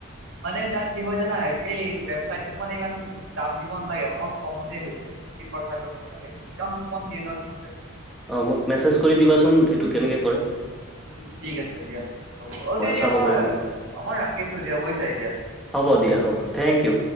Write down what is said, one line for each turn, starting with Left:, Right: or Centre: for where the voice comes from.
Right: মানে তাত কি হয় জানা, এই ৱেবচাইটত মানে ইমান দাম দিব নালাগে, অকম কমতে হয় যায়, বেছি ৰ্খছা কৰিব নালাগে, দিচকাউন কপন দিয়ে ন সিহতে
Centre: অ' মোক মেচেজ কৰি দিবা চোন, এইটো কেনেকে কৰে।
Right: উম ঠিক আছে দিয়া, হ'ব অ' দিয় এতিয়া
Centre: চাব
Right: মই,
Centre: পাৰিম তেতিয়া
Right: মই ৰাখিছো দিয়া বুজিছা এতিয়া।
Centre: হ'ব দিয়া, হ'ব। Thank U!